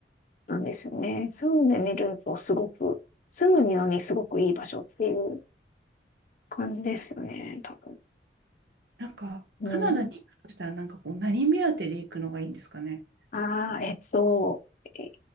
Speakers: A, on the left; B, on the right.
A: なんですよね。住んでみるとすごく、住むのにすごくいい場所っていう感じですよね、多
B: なんか、
A: 分。
B: カナダに行くとしたらなんかこう、
A: うん。
B: 何目当てで行くのがいいんですかね。
A: ああ、えっと、い